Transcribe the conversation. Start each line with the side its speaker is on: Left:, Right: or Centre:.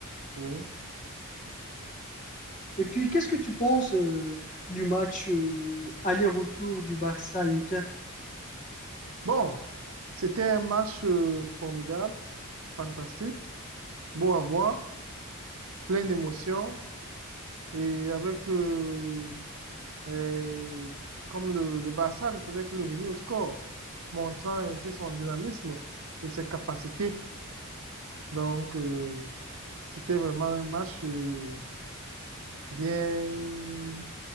Right: oui.
Left: Et puis, qu'est-ce que tu penses euh, du match euh, aller-retour du Barça-Inter?
Right: Bon. C'était un match euh, formidable, fantastique, beau à voir, plein d'émotions et avec euh, euh, comme le, le Barça ne faisait que revenir au score, montrant ainsi son dynamisme et ses capacités. Donc euh, c'était vraiment un match euh, bien